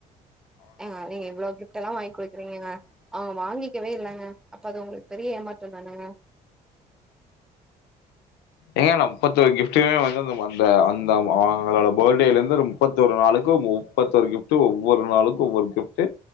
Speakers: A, in the centre; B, on the left.
A: ஏங்க நீங்க இவ்ளோ கிஃப்ட் எல்லா வாங்கி குடுக்குறீங்கங்க அவுங்க வாங்கிக்கவே இல்லங்க அப்ப அது உங்களுக்கு பெரிய ஏமாற்றந் தானங்க
B: ஏங்க நா முப்பத்தி ஒரு கிஃப்ட்டுமே வந்து அந்த அந்த அந்த அவங்களோட பர்த்டேல இருந்து ஒரு முப்பத்த ஒரு நாளுக்கு முப்பத்தொரு கிஃப்ட் ஒவ்வொரு நாளுக்கு ஒவ்வொரு கிஃப்ட்